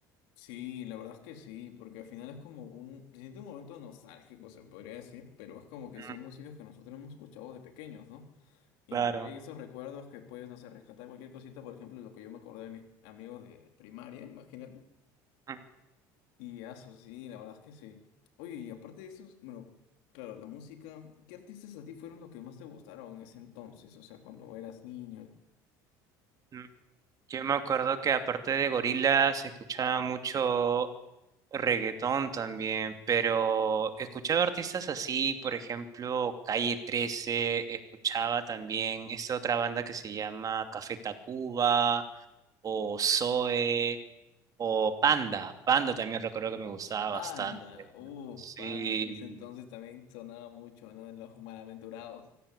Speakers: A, on the left; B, on the right.
A: Sí, la verdad es que sí, porque al final es como un, se siente un momento nostálgico, se podría decir, pero es como que
B: Mm,
A: son músicas que nosotros hemos escuchado de pequeños, ¿no? Y
B: Claro.
A: te traen esos recuerdos que puedes, no sé, rescatar cualquier cosita, por ejemplo, lo que yo me acordé de mis amigos de primaria, imagínate.
B: Mm,
A: Y eso, sí, la verdad es que sí. Oye, y aparte de eso, bueno, claro, la música, ¿qué artistas a ti fueron los que más te gustaron en ese entonces? O sea, cuando eras niño.
B: mm. Yo me acuerdo que aparte de gorilas se escuchaba mucho reggaetón también, pero escuchaba artistas así, por ejemplo, Calle trece escuchaba también esta otra banda que se llama Café Tacuba o Zoe o Panda. Panda también recuerdo que me gustaba
A: Banda,
B: bastante.
A: uh,
B: Sí,
A: banda, en ese entonces también sonaba mucho, ¿no? En Los Malaventurados.